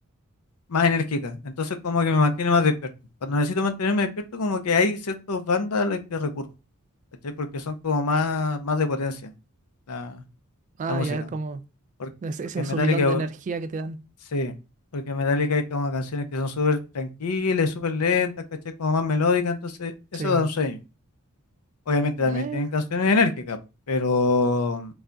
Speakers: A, on the left; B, on the right.
A: más enérgica. Entonces como que me mantiene más despierto. Cuando necesito mantenerme despierto, como que hay ciertas bandas a las que recurro, ¿cachai? Porque son como más, más de potencia la,
B: Ah,
A: la música.
B: ya como
A: Porque,
B: Ese,
A: porque
B: ese
A: Metallica,
B: subidón de energía que te dan.
A: sí, porque Metallica hay como canciones que son súper tranquilas, súper lentas, ¿cachai? Como más melódicas, entonces eso
B: Sí.
A: da un sueño. Obviamente
B: Eh,
A: también tienen canciones enérgicas, pero...